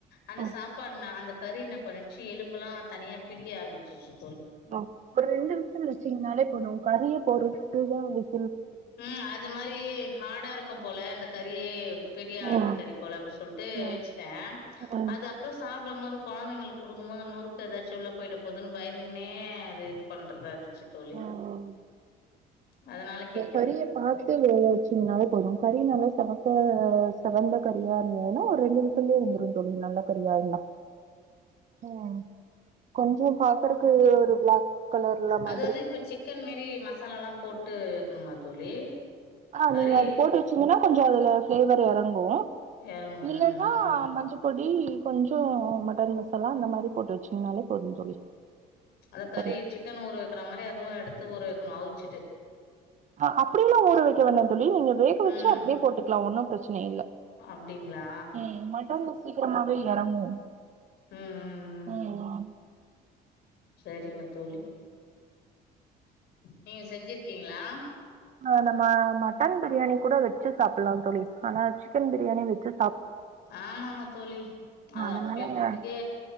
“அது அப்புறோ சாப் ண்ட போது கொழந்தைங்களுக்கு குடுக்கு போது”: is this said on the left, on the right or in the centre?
Left